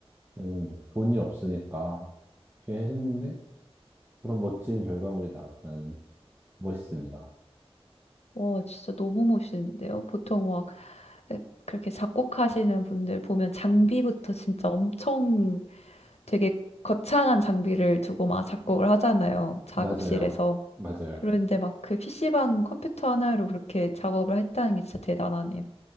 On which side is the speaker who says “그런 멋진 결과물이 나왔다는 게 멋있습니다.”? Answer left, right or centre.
Right